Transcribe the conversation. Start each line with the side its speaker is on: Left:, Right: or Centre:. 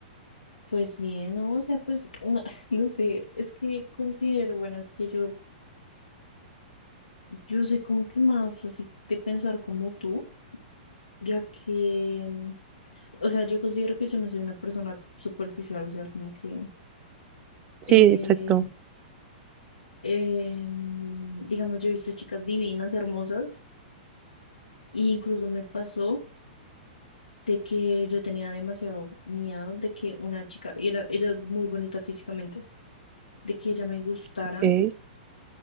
Left: pues bien, ¿no? O sea, pues, no, <laughs> no sé, es que considero, bueno, es que yo, yo soy como que más así de pensar como tú, ya que, mm, o sea, yo considero que yo no soy una persona superficial, o sea, como que,
Right: Sí,
Left: eh,
Right: exacto.
Left: eh, mm, digamos, yo he visto chicas divinas, hermosas, e incluso me pasó de que yo tenía demasiado miedo de que una chica, y era, ella es muy bonita físicamente de que ella me gustara,
Right: Ok,